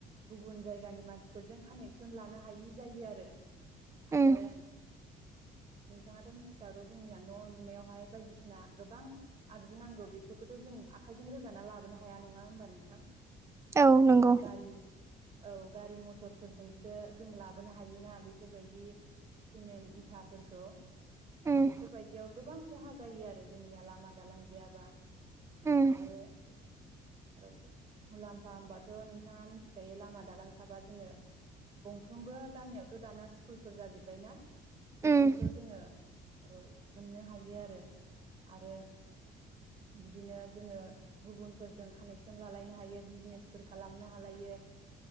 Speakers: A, on the right (about 35°); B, on the right (about 15°).
A: गुबुन जायगानि मानसिफोरजों कानेक्सन लानो हायि जायो आरो। आरो
B: उम <inaudible>
A: नोंथाङाथ' मिथिखागौ जोंनिया न' लुनायावहाय बायदिसिना गोबां आगजु नांगौ बेफोरखौथ' जों आखाइजों रोगाना लाबोनो हाया नङा होनोमबा नोंथां?
B: औ नंगौ
A: जों गारि औ गारि मथरफोरजोंसो जों लाबोनो हायोना बेफोरबायदि सिमेन्ट इथाफोरखौ
B: उम
A: बेफोरबायदियाव गोबां खहा जायो आरो जोंनिया लामा दालां गैयाबा
B: उम
A: आरो औ मुलाम्फा होमबाथ' नोंथाङा मिथि खायो लामा दालां थाबा जोङो गंफ्रोमबो गामियावथ' दाना स्कुलफोर जाजोबबायना बेफोरखौ
B: उम
A: जोङो औ मोननो हायो आरो आरो बिदिनो जोङो गुबुनफोरजों कानेक्सन लालायनो हायो बिजनेसफोर खालामनो हालायो